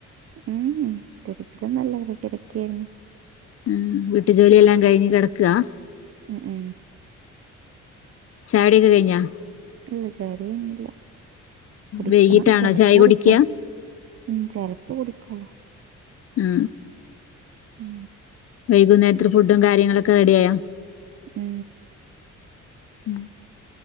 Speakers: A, on the right; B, on the left.
A: മ് മ് തിരക്കിലൊന്നെല്ല ഇവിടെ കിടക്കായിരുന്നു
B: മ് വീട്ടു ജോലിയെല്ലാം കഴിഞ്ഞ് കെടക്കാ
A: മ് മ്
B: ചാടിയൊക്കെ കഴിഞ്ഞാ
A: ഇല്ല ചാടി കയിഞ്ഞല്ല കുടിക്കണം
B: വൈകീട്ടാണോ
A: ചെലപ്പൊ
B: ചായ
A: കുടിക്കോളൂ
B: കുടിക്കുക
A: ഉം ചിലപ്പൊകുടിക്കോളൂ
B: മ്
A: മ്
B: വൈകുന്നേരത്തിന് ഫുഡും കാര്യങ്ങളൊക്കെ റെഡിയായോ
A: മ്
B: ഉം